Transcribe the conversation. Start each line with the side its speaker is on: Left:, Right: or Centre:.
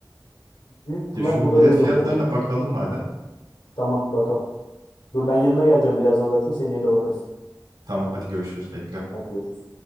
Left: Büyük ihtimal
Right: E şunun
Left: bu da
Right: bilet
Left: öyle
Right: fiyatlarına
Left: olur yani.
Right: bakalım madem.
Left: Tamam bakalım. Dur ben yanına geleceğim birazdan zaten seneye de bakarız.
Right: Tamam, hadi görüşürüz, bekliyorum.
Left: Hadi görüşürüz.